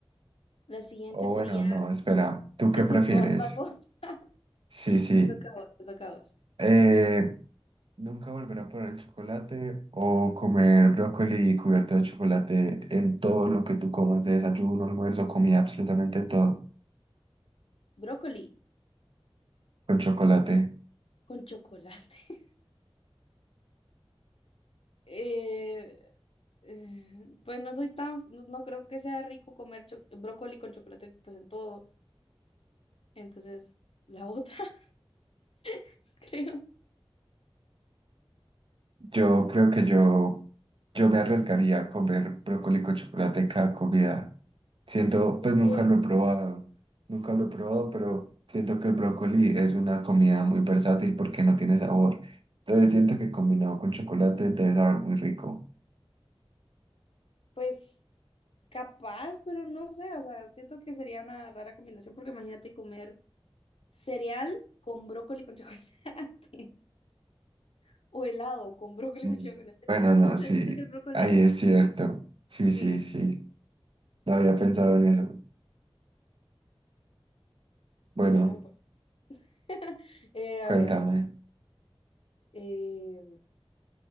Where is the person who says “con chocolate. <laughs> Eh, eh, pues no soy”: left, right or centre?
Left